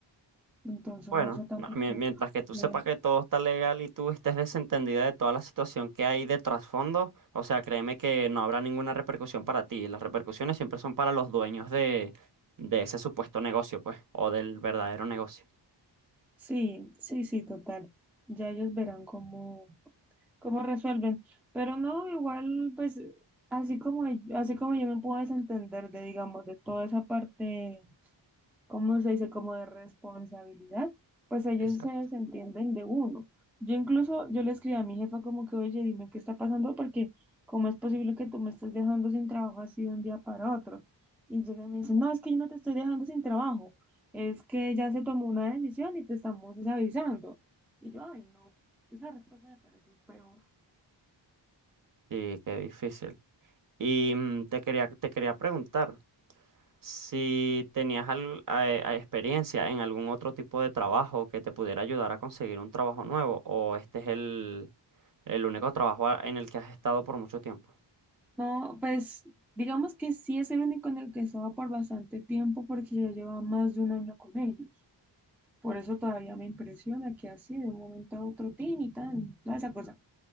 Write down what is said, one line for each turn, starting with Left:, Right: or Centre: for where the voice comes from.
Centre: Entonces,
Right: Bueno,
Centre: no sé tampoco.
Right: no, mien- mientras que tú
Centre: que-
Right: sepas que todo está legal y tú estés desentendida de toda la situación que hay de trasfondo, o sea, créeme que no habrá ninguna repercusión para ti. Las repercusiones siempre son para los dueños de, de ese supuesto negocio, pues, o del verdadero negocio.
Centre: Sí, sí, sí, total. Ya ellos verán cómo. cómo resuelven. Pero no, igual, pues, así como, yo- así como yo me puedo desentender de, digamos, de toda esa parte, ¿cómo se dice? Como de responsabilidad, pues ellos
Right: Exacto.
Centre: se desentienden de uno. Yo incluso, yo le escribí a mi jefa como que, oye, dime qué está pasando, porque cómo es posible que tú me estés dejando sin trabajo así de un día para otro. Y llega y me dice, no, es que yo no te estoy dejando sin trabajo, es que ya se tomó una decisión y te estamos es, avisando. Y yo, ay, no, esa respuesta me pareció peor.
Right: Sí, qué difícil. Y mm, te quería, te quería preguntar. Si tenías al- a- a experiencia en algún otro tipo de trabajo que te pudiera ayudar a conseguir un trabajo nuevo, o este es el, el único trabajo a- en el que has estado por mucho tiempo.
Centre: No, pues digamos que sí es el único en el que he estado por bastante tiempo porque yo llevaba más de un año con ellos. Por eso todavía me impresiona que así de un momento a otro, tin y tan, toda esa cosa.